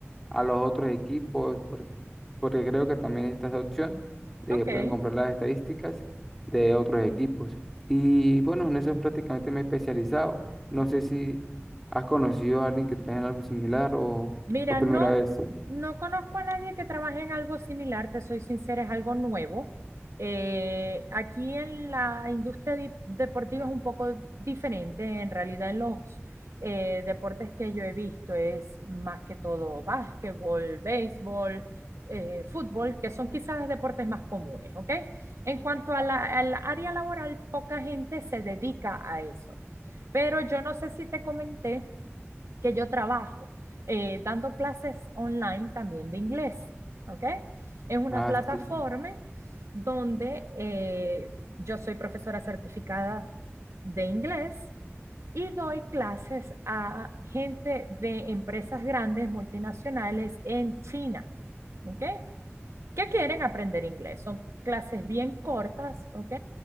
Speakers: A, in the centre; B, on the right (about 80°).
A: a los otros equipos, porque, porque creo que también está esa opción de
B: Ok,
A: que pueden comprar las estadísticas de otros equipos. Y bueno, en eso prácticamente me he especializado. No sé si has conocido a alguien que trabaja en algo similar o,
B: Mira,
A: o primera
B: no,
A: vez.
B: no conozco a nadie que trabaje en algo similar, te soy sincera, es algo nuevo. Eh, aquí en la industria di- deportiva es un poco diferente, en realidad en los eh, deportes que yo he visto es más que todo básquetbol, béisbol, eh, fútbol, que son quizás los deportes más comunes, ¿ok? En cuanto a la, al área laboral, poca gente se dedica a eso. Pero yo no sé si te comenté que yo trabajo, eh, dando clases online también de inglés, ¿ok? Es una
A: Ah,
B: plataforma
A: sí.
B: donde eh, yo soy profesora certificada de inglés y doy clases a gente de empresas grandes, multinacionales en China, ¿ok? que quieren aprender inglés. Son clases bien cortas, ¿ok?